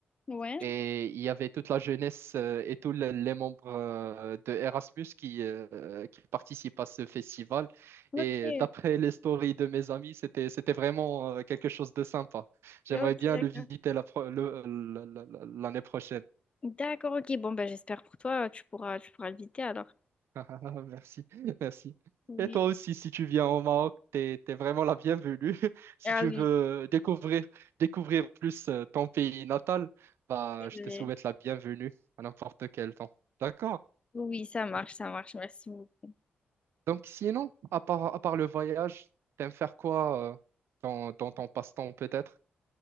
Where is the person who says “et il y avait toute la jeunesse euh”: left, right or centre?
Right